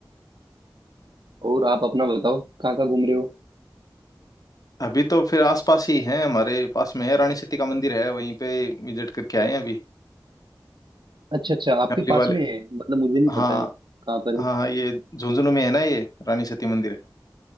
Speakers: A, on the right; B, on the left.
A: और आप अपना बताओ कहाँ कहाँ घूम रहे हो
B: अभी तो फिर आसपास ही है हमारे पास में है रानी सती का मंदिर है वहीं पे विजिट करके आए हैं अभी
A: अच्छा अच्छा आपके
B: फैमिली
A: पास
B: वाले
A: में है मतलब मुझे नहीं
B: हाँ
A: पता है कहाँ पर
B: हाँ
A: है
B: हाँ, ये झुंझुनू में है ना ये रानी सती मंदिर